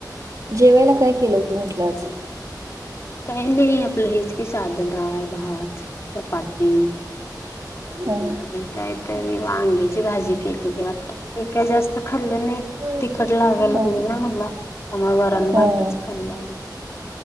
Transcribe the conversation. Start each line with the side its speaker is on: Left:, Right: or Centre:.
Right: जेवायला काय केल होत म्हंटल आज.
Left: काही नाही आपल हेज की साध डाळ, भात, चपाती.
Right: हा
Left: आणि काहीतरी वांग्याची भाजी केलेली वाटत. मी काही जास्त खाल्लं नाही.
Right: हा
Left: तिखट लागायला लागलं ना मला. त्यामुळे वरण
Right: हा
Left: भातच खाल्ला मी.